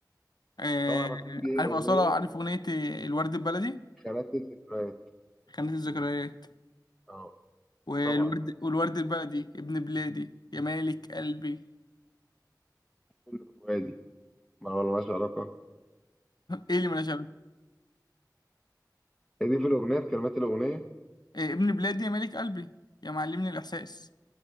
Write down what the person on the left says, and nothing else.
آه،
عارف
أصالة عارف أغنية الورد البلدي
خانة الذكريات
والورد
والورد البلدي ابن بلادي يا مالك قلبي
ايه اللي مالهاش علاقة
إيه ابن بلادي يا مالك قلبي يا معلمني الإحساس